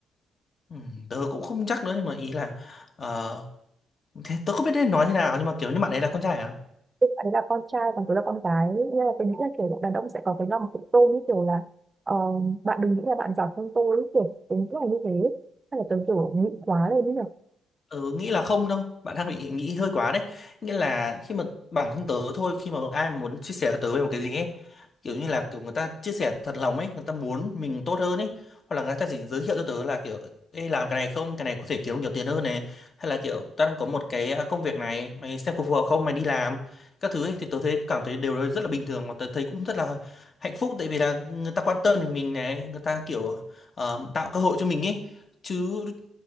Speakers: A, on the left; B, on the right.
A: ừ, tớ cũng không chắc nữa nhưng mà ý là ờ, thế tớ không biết nên nói thế nào nhưng mà kiểu như bạn ấy là con trai à
B: Tức là là con trai còn tôi là con gái nên là tôi nghĩ là kiểu đàn ông sẽ có cái lòng tự tôn như kiểu là ờ, bạn đừng nghĩ là bạn giỏi hơn tôi ấy, kiểu tính là như thế hay là tôi kiểu nghĩ quá lên ấy nhỉ?
A: Ừ, nghĩ là không đâu bạn đang bị nghĩ hơi quá đấy nghĩa là khi mà bản thân tớ thôi khi mà ai muốn chia sẻ với tớ về một cái gì ấy kiểu như là kiểu người ta chia sẻ thật lòng ấy người ta muốn mình tốt hơn ấy hoặc là người ta chỉ giới thiệu cho tớ là kiểu Ê, làm cái này không cái này có thể kiếm được nhiều tiền hơn này hay là kiểu tao đang có một cái à, công việc này mày xem có phù hợp không mày đi làm các thứ ấy, thì tớ thấy cảm thấy đều rất là bình thường mà tớ thấy cũng rất là hạnh phúc tại vì là người ta quan tâm đến mình này người ta kiểu ờ, tạo cơ hội cho mình ấy chứ